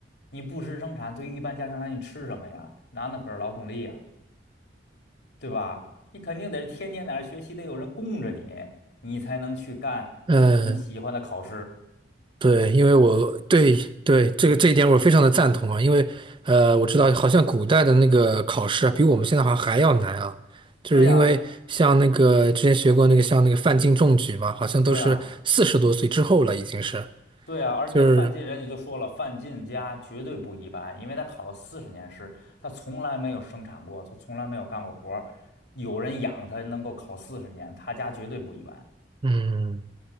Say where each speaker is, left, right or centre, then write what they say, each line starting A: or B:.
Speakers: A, on the left (about 65°); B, on the right (about 30°).
A: 你不施生产，对于一般家庭来说，你吃什么呀？男的可是劳动力呀、对吧？你肯定得是天天在那儿学习，得有人供着你，你才能去干你喜欢的考试。
B: 嗯，对，因为我对对这个这一点我非常的赞同啊，因为呃，我知道好像古代的那个考试啊，比我们现在好像还要难啊，就是因为像那个之前学过那个像那个范进中举嘛，
A: 对呀，
B: 好像都是四十多岁之后了，
A: 对呀，
B: 已经是，
A: 对呀。而且范进人家就说了，
B: 就是
A: 范进家绝对不一般，因为他考了四十年试，他从来没有生产过，他从来没有干过活儿，有人养他能够考四十年，他家绝对不一般
B: 嗯，